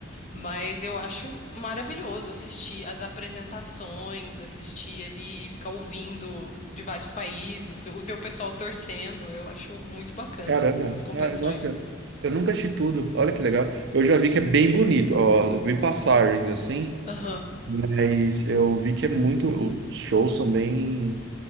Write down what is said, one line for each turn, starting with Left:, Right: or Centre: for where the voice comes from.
Left: Mas eu acho maravilhoso assistir as apresentações, assistir ali, ficar ouvindo de vários países, ou ver o pessoal torcendo. Eu acho muito bacana
Right: Caramba,
Left: essas competições.
Right: Ah, nossa, eu nunca assisti tudo. Olha que legal. Eu já vi que é bem bonito. Ó, eu vi passagens assim,
Left: Aham,
Right: mas eu vi que é muito. Os shows são bem,